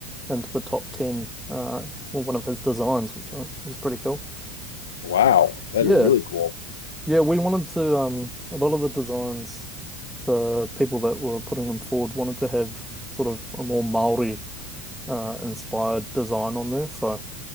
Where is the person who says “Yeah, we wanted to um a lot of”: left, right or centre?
Centre